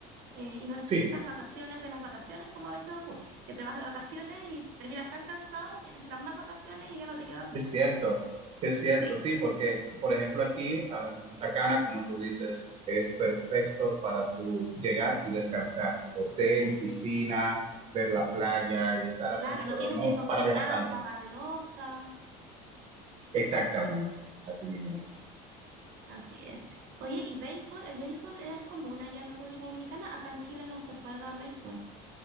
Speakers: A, on the right; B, on the right.
A: eh, y no necesitas
B: Sí.
A: vacaciones de las vacaciones como a veces ocurre, que te vas de vacaciones y terminas tan cansado que necesitas más vacaciones y ya no te quedan días.
B: Es cierto, es cierto,
A: Sí,
B: sí, porque, por ejemplo, aquí ah, en Punta Cana, como tú dices, es perfecto para tú llegar y descansar. Hotel,
A: Eso,
B: piscina, ver la playa y estar así,
A: claro, no
B: pero
A: tienes
B: no
A: que cocinar,
B: para viajar tanto.
A: lavar loza.
B: Exactamente, así mismo
A: Sí.
B: es.
A: Así es. Oye, ¿y béisbol? El béisbol es común allá en República Dominicana. Acá en Chile no se juega béisbol.